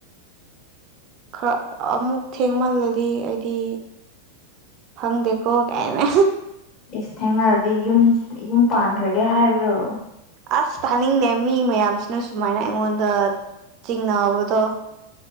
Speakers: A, on the right (about 40°); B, on the left (about 35°).
A: ꯈꯔ ꯑꯃꯨꯛ ꯊꯦꯡꯃꯜꯂꯗꯤ ꯍꯥꯏꯗꯤ ꯐꯪꯗꯦꯀꯣ ꯀꯥꯏꯅ
B: ꯑꯦꯁ ꯊꯦꯡꯅꯗꯤ ꯌꯨꯝ ꯌꯨꯝ ꯄꯥꯟꯈ꯭ꯔꯒꯦ ꯍꯥꯏꯕ꯭ꯔꯣ
A: ꯑꯁ ꯊꯥꯅꯤꯡꯗꯦ ꯃꯤ ꯃꯌꯥꯝꯁꯤꯅ ꯁꯨꯃꯥꯏꯅ ꯑꯩꯉꯣꯟꯗ ꯆꯤꯡꯅꯕꯗꯣ